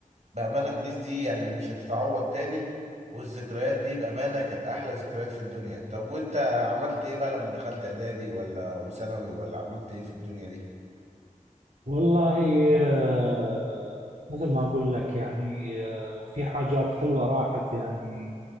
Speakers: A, on the right (about 55°); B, on the right (about 75°).
A: بامانه الميس دي يعني مش هتتعوض تاني والذكريات دي بامانه كانت احلى ذكريات في الدنيا طب وانت عملت ايه بقى لما دخلت اعدادي ولا وثانوي ولا عملت ايه في الدنيا دي
B: والله آه، مثل ما أقول لك يعني آه، في حاجات حلوة راحت يعني